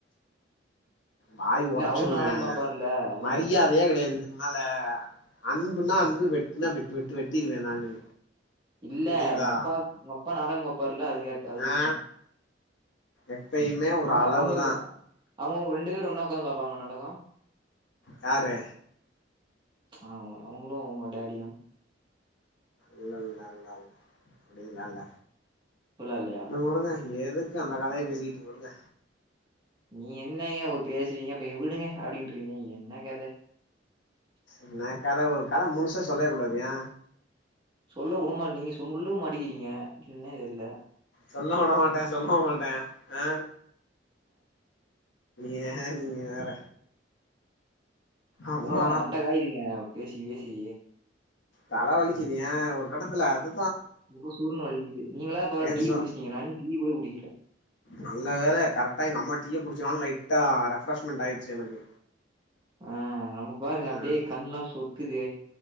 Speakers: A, on the left; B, on the right.
A: வாய்
B: இல்ல
A: ஒடச்சிருவே
B: அவரு நாடகம் பாப்பாருல்ல அதான்
A: மரியாதையே
B: கேக்குறேன்
A: கெடையாது இதுக்கு மேல அன்புனா அன்பு வெட்டுனா வெட்டு வெட்டு வெட்டிருவே நானு
B: இல்ல
A: சரிங்களா
B: ஒங்க அப்பாக் ஒங்க அப்பா நாடக பாப்பாருல அது கேட் அது
A: ஆ
B: சொன்னே
A: எப்பயுமே ஒரு
B: அவங்க
A: அளவுதா
B: அவங்ளுக்கு அவங்க ரெண்டு பேரு ஒன்னா உக்காந்து பாப்பாங்ளா நாடக
A: யாரு
B: ஆ அவு அவுங்களு உங்க டேடியு
A: இல்ல இல்லல்ல அப்படிலா இல்ல
B: அப்டிலா இல்லையா
A: வுடுங்கவுடுங்க எதுக்கு அந்த கதைய பேசிக்கிட்டு வுடுங்க
B: நீ என்னங்க ஒரு பேசுவீங்க அப்பயே விடுங்க அப்டின்றீங்க என்ன கத
A: என்னா கதை ஒரு கதை முழுசா சொல்லவே கூடாது ஏ
B: சொல்ல வுடுமா, நீங்க சொல்லவு மாட்டிக்கிறீங்க என்ன தெர்ல
A: சொல்ல வுட மாட்டே சொல்லவு மாட்டே ஆ ஏ நீங்க வேற அப்பா
B: ரொம்ப மண்டகாயிறீங்க பேசி பேசி
A: தல வலிக்குது ஏ ஒரு கட்டத்துல அது
B: சுர் சுர்ன்னு வலிக்குது நீங்களா பரவால்ல
A: நேத்து
B: டீ
A: சொ
B: குடிச்சிட்டீங்க நா இன்னு டீ கூட குடிக்கல
A: நல்ல வேல கரெக்டா எங்க அம்மா டீய குடிச்சனால லைட்டா ரெஃப்ரஷமெண்ட் ஆயிடுச்சு எனக்கு
B: ஆ, நம்ம பாருங்க
A: ஆ
B: அப்டியே கண்லா சொக்குது